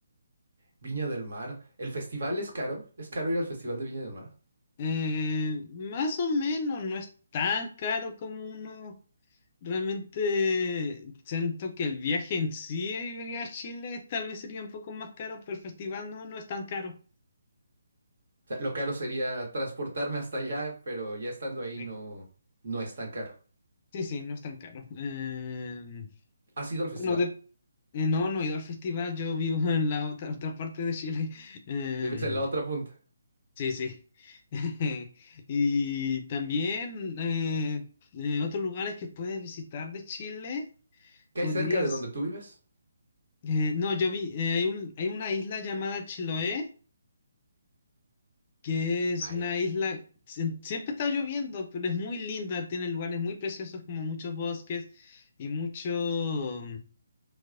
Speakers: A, on the right; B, on the left.
A: Viña del Mar. ¿El festival es caro? ¿Es caro ir al festival de Viña del Mar?
B: Eh, más o menos, no es tan caro como uno. Realmente siento que el viaje en sí y venir a Chile tal vez sería un poco más caro, pero el festival no, no es tan caro.
A: O sea, lo caro sería transportarme hasta allá, pero ya estando ahí
B: Sí,
A: no, no es tan caro.
B: sí, sí, no es tan caro. Eh,
A: ¿Has ido al festival?
B: bueno, Eh, no, no he ido al festival, yo vivo <laughs> en la otra, otra parte de Chile. <laughs> Em,
A: ¿Vives en la otra punta?
B: sí, sí. <laughs> Y también eh, eh, otros lugares que puedes visitar de Chile,
A: ¿Qué
B: podrías...
A: hay cerca de donde tú vives?
B: eh, no, yo vi, eh, hay un, hay una isla llamada Chiloé, que es
A: Hay
B: una isla, sie- siempre está lloviendo, pero es muy linda, tiene lugares muy preciosos como muchos bosques y mucho...